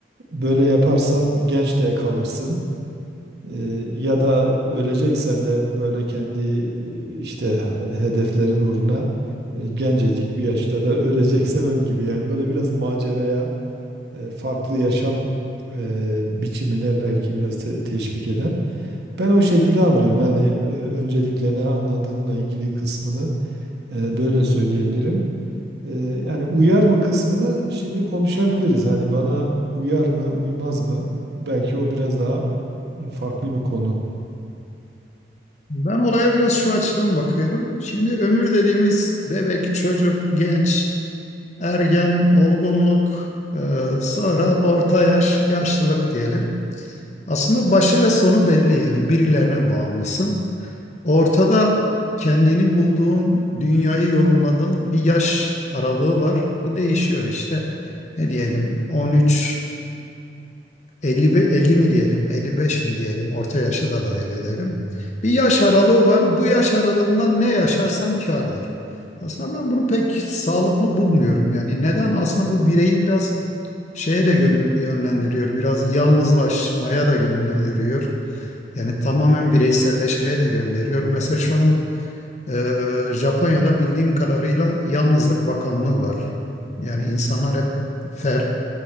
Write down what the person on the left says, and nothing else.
Ben olaya biraz şu açıdan bakıyorum. Şimdi ömür dediğimiz bebek, çocuk, genç, ergen, olgunluk, e, sonra orta yaş, yaşlılık diyelim. Aslında başı ve sonu belli yani birilerine bağımlısın. Ortada kendini bulduğun, dünyayı yorumladığın bir yaş aralığı var. Bu değişiyor işte. Ne diyelim 13, 50, be- 50 mi diyelim, 55 mi diyelim, orta yaşı da dahil edelim. Bir yaş aralığı var. Bu yaş aralığında ne yaşarsan kârdır. Aslında ben bunu pek sağlıklı bulmuyorum yani. Neden? Aslında bu bireyi biraz şeye de gön- yönlendiriyor, biraz yalnızlaşmaya da gönderiyor. Yani tamamen bireyselleşmeye de gönderiyor. Mesela şu an ee, Japonya'da bildiğim kadarıyla Yalnızlık Bakanlığı var. Yani insanlar hep fer,